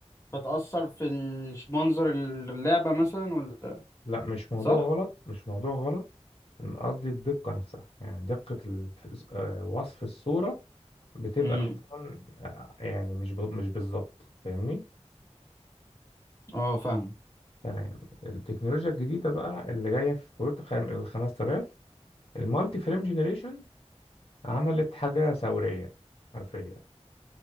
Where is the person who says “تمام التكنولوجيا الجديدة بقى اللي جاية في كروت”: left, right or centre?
Left